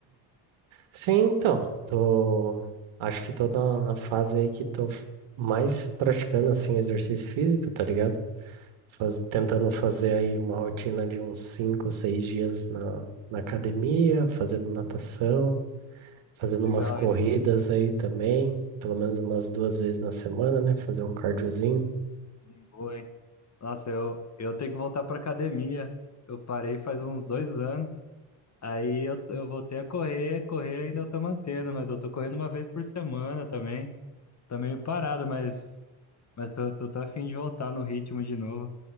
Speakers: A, on the right; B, on the left.
A: Sim, então, tô. Acho que tô na, na fase aí que tô f- mais praticando, assim, exercício físico, tá ligado? Faz- tentando fazer aí uma rotina de uns 5, 6 dias na, na academia, fazendo natação, fazendo
B: Legal,
A: umas corridas
B: hein?
A: aí também, pelo menos umas duas vezes na semana, né? Fazer um cardiozinho.
B: Sim, Boa, hein? Nossa, eu, eu tenho que voltar pra academia. Eu parei faz uns dois anos. Aí eu, eu voltei a correr, correr ainda eu tô mantendo, mas eu tô correndo uma vez por semana também. Tá meio parado, mas, mas tô, tô, tô a fim de voltar no ritmo de novo.